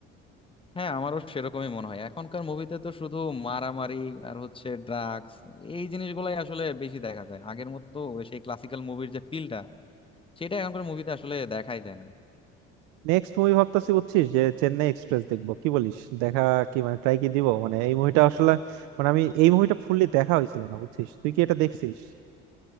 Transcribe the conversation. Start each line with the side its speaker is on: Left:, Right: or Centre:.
Left: হ্যাঁ আমারও সেরকমই মনে হয় এখনকার মুভিতে তো শুধু মারামারি আর হচ্ছে ড্রাগস এই জিনিসগুলাই আসলে বেশি দেখা যায় আগের মতো ওই সেই ক্লাসিক্যাল মুভির যে ফিলটা সেটা এখনকার মুভিতে আসলে দেখাই যায় না
Right: নেক্সট মুভি ভাবতেছি বুঝছিস যে চেন্নাই এক্সপ্রেস দেখবো কি বলিস দেখা কি মানে ট্রাই কি দিব মানে এই মুভিটা আসলে মানে আমি এই মুভিটা ফুললি দেখা হয়েছিল না বুঝছিস তুই কি এটা দেখছিস